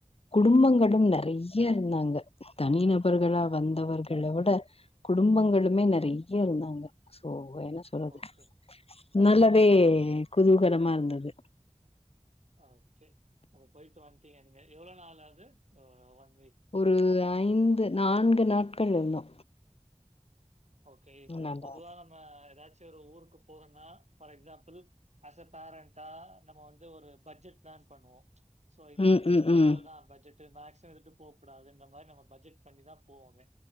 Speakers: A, on the left; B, on the right.
A: குடும்பங்களும்
B: ஓ!
A: நெறய இருந்தாங்க தனின அவர்களா
B: ஆ.
A: வந்தவர்கள்ல விட குடும்பங்களுமே நெறய இருந்தாங்க சோ அ என்ன சொல்லது
B: ஓகே,
A: நல்லாவே குதூகலமா இருந்தது
B: ஓகே அப்போ போயிட்டு வந்ட்டீங்க நீங்க எவ்ளோ நாளாவது வந்
A: ஒரு ஐந்து நான்கு து நாட்கள் இருந்தோ
B: ஓக்கே இப்போ
A: நல்லா
B: பொதுவா நம்ம ஏதாச் சேரு ஊருக்கு போறோனா பார் எக்ஸாம்பிள் ஆஸ்ஸ பேரண்டா நம்ம வந்து ஒரு பட்ஜெட் பிளான் பண்ணுவோ சோ இந்த
A: ம்
B: ட்ரிப்புக்கு
A: ம் ம்
B: இவ்ளவுதா பட்ஜட் ட்டு மேக்சிம் ட்டு போகக் கூடாதுன்ற மாரி நம்ம பட்ஜெட் பண்ணிதா போவமே